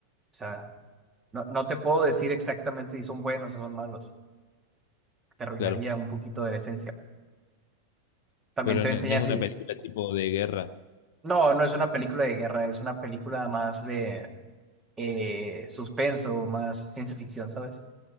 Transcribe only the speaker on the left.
Claro,
pero
no
no es
una película tipo de guerra.